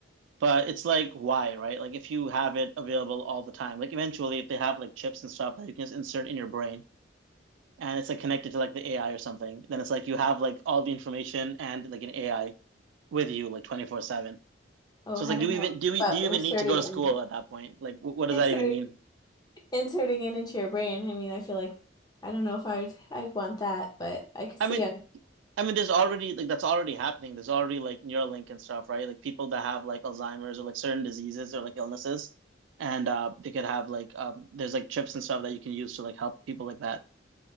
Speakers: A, on the right; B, on the left.
A: But it's like, why, right? Like, if you have it available all the time, like, eventually, if they have like chips and stuff that you can just insert in your brain and it's like connected to like the AI or something, then it's like you have like all the information and like an AI with you like 24/7.
B: oh,
A: So
B: I
A: it's like,
B: don't
A: do we
B: know
A: even do we
B: about
A: do you
B: inserting
A: even need to go to
B: and
A: school at that point? Like, wh- what does
B: inserting
A: that even mean?
B: inserting it into your brain. I mean, I feel like I don't know if I'd I'd want that, but I could
A: I
B: see
A: mean,
B: it.
A: I mean, there's already like that's already happening. There's already like Neuralink and stuff, right? Like people that have like Alzheimer's or like certain diseases or like illnesses, and uh, they could have like um, there's like chips and stuff that you can use to like help people like that.